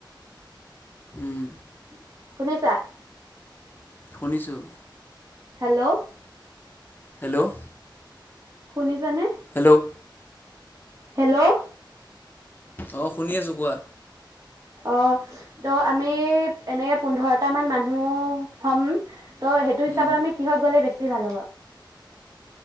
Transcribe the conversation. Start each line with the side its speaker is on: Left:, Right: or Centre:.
Right: <inaudible>
Left: উম,
Right: <inaudible> শুনিছা?
Left: শুনিছোঁ।
Right: হেল্ল'
Left: হেল্ল'
Right: শুনিছা নে?
Left: হেল্ল'
Right: হেল্ল'
Left: অ', শুনি আছোঁ কোৱা।
Right: অ', ত' আমি এনেকে পোন্ধৰটা মান মানুহ হম। ত' সেইটো
Left: উম,
Right: হিচাপত আমি কিহত গ'লে বেছ <unintelligible> ভাল হ'ব।